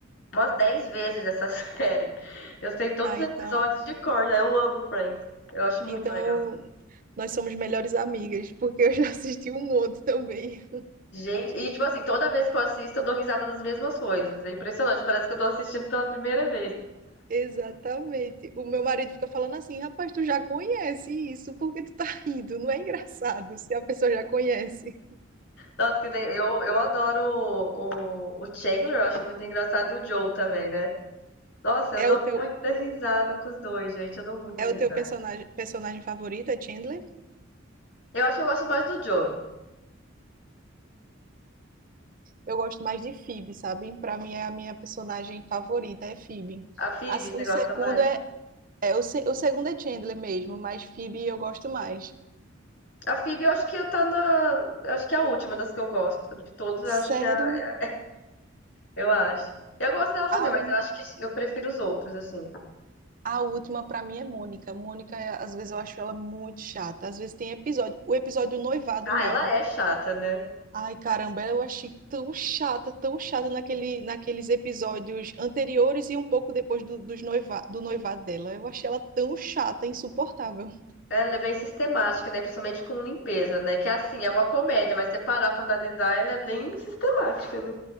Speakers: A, on the left; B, on the right.
A: umas 10 vezes essa <laughs> série. Eu sei todos
B: Ah,
A: os episódios
B: então.
A: de cor, já. eu amo Friends. Eu acho muito
B: Então,
A: legal.
B: nós somos melhores amigas, porque eu já <laughs> assisti um monte também. <laughs>
A: Gente, e tipo assim, toda vez que eu assisto, eu dou risada das mesmas coisas. É impressionante, parece que eu tô assistindo pela primeira vez.
B: Exatamente. O meu marido fica falando assim, rapaz, tu já conhece isso, por que tu tá rindo? Não é engraçado se a pessoa já conhece.
A: Nossa, que nem, eu, eu adoro o, o, o Chandler, eu acho muito engraçado, e o Joe também, né? Nossa, eu dou
B: É o teu,
A: muita risada com os dois, gente. Eu dou muita
B: é
A: risada.
B: o teu personagem, personagem favorito, é Chandler?
A: Eu acho que eu gosto mais do Joey.
B: Eu gosto mais de Phoebe, sabe? Pra mim é a minha personagem favorita, é Phoebe.
A: A Phoebe,
B: A-
A: você
B: o segundo
A: gosta mais?
B: é, é o, se- o segundo é Chandler mesmo, mas Phoebe eu gosto mais.
A: A Phoebe, eu acho que tá na. eu Acho que é a última das que eu gosto. De todos, eu
B: Sério?
A: acho que é. a- Eu acho. Eu gosto dela
B: Ah,
A: também, mas eu acho que eu prefiro os outros, assim.
B: A última pra mim é Mônica. Mônica, é- às vezes eu acho ela muito chata. Às vezes tem episódio, o episódio do noivado
A: Ah,
B: mesmo.
A: ela é chata, né?
B: Ai, caramba, eu achei tão chata, tão chata naquele, naqueles episódios anteriores e um pouco depois do, dos noiva, do noivado dela. Eu achei ela tão chata, insuportável. <laughs>
A: Ela é bem sistemática, né? Principalmente com limpeza, né? Que é assim, é uma comédia, mas se você parar pra analisar, ela é bem sistemática, né?